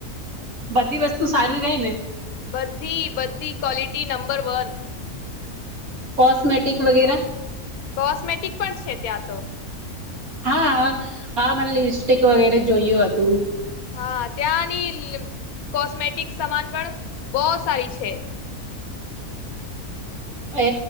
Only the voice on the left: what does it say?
બધી બધી કવોલિટી નંબર વન.
કોસ્મેટિક પણ છે ત્યાં તો.
હા ત્યાંની કોસ્મેટિક સમાન પણ બો સારી છે.